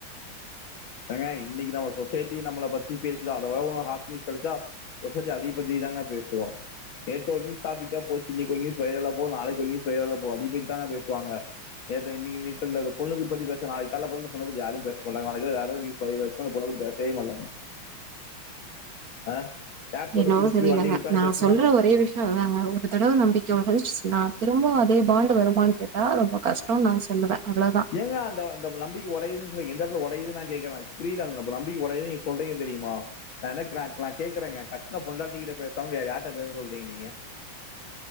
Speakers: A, on the left; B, on the right.
A: ஏங்க இன்னைக்கு நம்ம சொசைட்டி நம்மள பத்தி பேசுதா அதவோட வேற ஹாட் நியூஸ் கெடச்சா சொசைட்டி அதி பத்தி தாங்க பேசு நேத்து ஒரு நியூஸ் டாபிக்கா போச்சு இன்னைக்கு நியூ வைரலா போவு நாளைக்கு ஒரு நியூஸ் வைரல போவு அதி பத்தி தாங்க பேசுவாங்க நேத்து இன்னைக்கு <unintelligible> பொண்ணுக்கு பத்தி பேச நாளைக்கு கால்ல பொண்ணு பத்தி யாரு பேச மாட்டாங்க நாளைக்கு வேற <unintelligible> பத்தி பேசவே மாட்டாங்க ஆ ஜாக் ஒருத்தன்
B: என்னவோ
A: குடிச்சிட்டு
B: தெரியலங்க
A: போய் வண்டிய விட்டான்னு
B: நா
A: பேசுனா
B: சொல்ற ஒரே விஷ்யோ அதாங்க ஒரு தடவ நம்பிக்க வொடஞ்சிருச்சினா திரும்போ அது அதே பாண்டு வருமானு கேட்டா ரொம்ப கஷ்டோ நா சொல்லுவே அவ்ளோதா
A: ஏங்க அந்த அந்த நம்பிக்க ஒடையுதுன் சொ எந்த இடத்தல ஒட டையிது நா கேக்கற புரியலன்ல இல்ல இப்ப நம்பிக்க கொறயுது நீங்க சொல்றீங்க தெரியுமா நா என்ன நா கேக்கறங்க கட்ண பொண்டாட்டி கிட்ட பேசாம வேற யார் கிட்ட பேச சொல்றீங்க நீங்க